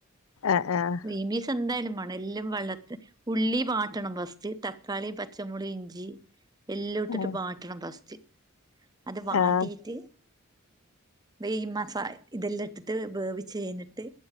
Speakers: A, on the left (about 75°); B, on the right (about 20°).
A: ആഹ് ആഹ്
B: ഗ്രീൻപീസ് എന്തായാലും വാണം എല്ലാം വെള്ളത്ത് ഉള്ളി വാ വാട്ടണം പസ്റ്റ് തക്കാളിയും പച്ചമുളീ ഇഞ്ചി എല്ലും ഇട്ടിട്ട്
A: ആഹ്
B: വാട്ടണം പസ്ട് അത് വാട്ടീട്ട്
A: ആഹ്
B: ഈ മസ ഇതെല്ലാം ഇട്ട്ട്ട് വേവിച്ച് കഴിഞ്ഞിട്ട്